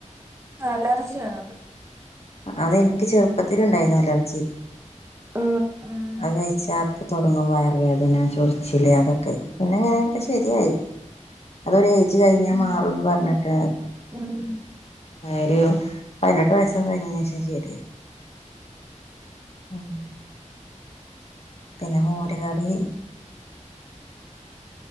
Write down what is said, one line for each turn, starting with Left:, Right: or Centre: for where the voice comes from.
Right: അലർജിയാണത്
Left: അതെനിക്ക് ചെറുപ്പത്തില് ഉണ്ടായിരുന്നു അലർജി
Right: ഉം ഉം
Left: അത് കഴിച്ചാ അപ്പം തുടങ്ങും വയർ വേദന ചൊറിച്ചില് അതൊക്കെ പിന്നെങ്ങനെ ഇപ്പ ശരിയായി അതൊരു ഏജ് കഴിഞ്ഞാൽ മാറുംന്ന് പറഞ്ഞിട്ട്
Right: ഉം
Left: ഒരു പതിനെട്ട് വയസ്സ് കഴിഞ്ഞന് ശേഷം ശരിയായത് മ്മ് പിന്നെ മോര് കറി